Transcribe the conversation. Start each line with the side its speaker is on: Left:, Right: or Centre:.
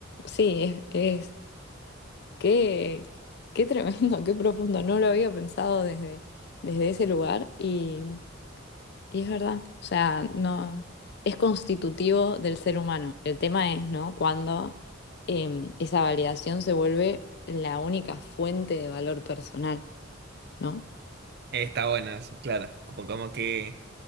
Left: Sí, es, es... Qué, qué tremendo, <laughs> qué profundo. No lo había pensado desde, desde ese lugar y... Y es verdad, o sea, no es constitutivo del ser humano. El tema es, ¿no? Cuando em, esa validación se vuelve la única fuente de valor personal, ¿no?
Right: Está bueno eso, claro. Como, como que...